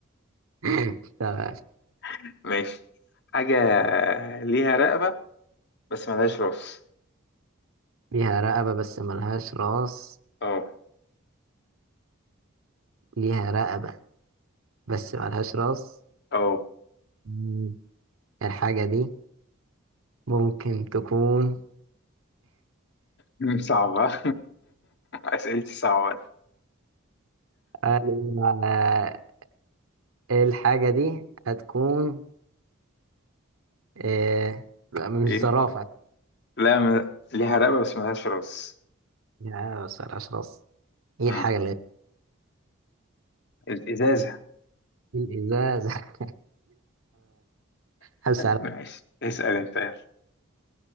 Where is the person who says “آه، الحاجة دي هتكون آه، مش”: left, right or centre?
Right